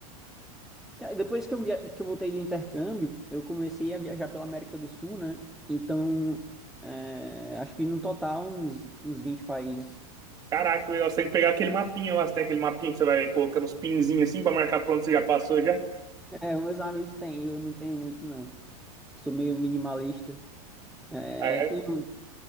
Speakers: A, in the centre; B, on the right.
A: cara, depois que eu, via- que eu voltei do intercâmbio, eu comecei a viajar pela América do Sul, né? Então, é, acho que no total uns, uns 20 países. <laughs>
B: Caraca, legal. Você tem que pegar aquele mapinha lá. Você tem aquele mapinha que você vai colocando os pinzinhos assim pra marcar pra onde você já passou já.
A: É, meus amigos têm, eu não tenho muito, não. sou meio minimalista. É,
B: Ah, É,
A: tenho,